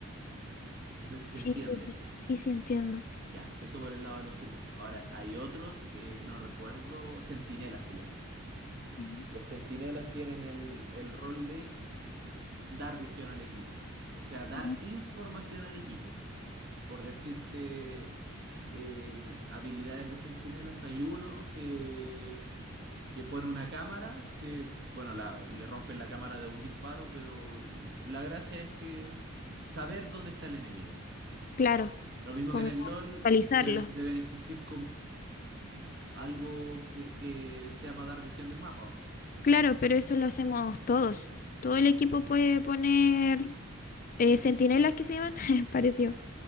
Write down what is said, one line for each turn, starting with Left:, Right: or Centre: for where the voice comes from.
Right: No sé si se
Left: Sí,
Right: entiende.
Left: sí, sí, sí, entiendo.
Right: Ya, eso por el lado de los humos. Ahora, hay otros que no recuerdo, Centinela se llama.
Left: Ujú.
Right: Los centinelas tienen el, el rol de dar visión al equipo, o sea, dar
Left: Ujú.
Right: información al equipo. Por decirte em, habilidades de centinelas, hay uno que, que pone una cámara, que, bueno, la- le rompen la cámara de un disparo, pero la gracia es que saber dónde está el enemigo.
Left: Claro.
Right: Lo mismo
Left: como
Right: que en el LOL,
Left: actualizarlo.
Right: deben, deben existir Algo que, que sea para dar visión del mapa.
Left: Claro, pero eso lo hacemos todos. Todo el equipo puede poner eh, sentinelas que se llaman, <laughs> pareció,